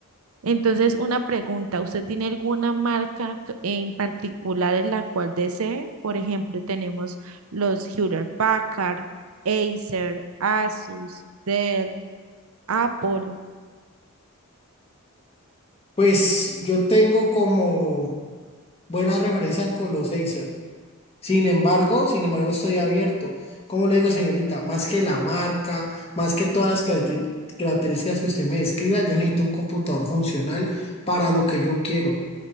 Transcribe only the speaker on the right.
Entonces, una pregunta, ¿usted tiene alguna marca c- en particular en la cual desee? Por ejemplo, tenemos los Hewlett Packard, Acer, Asus, Dell, Apple.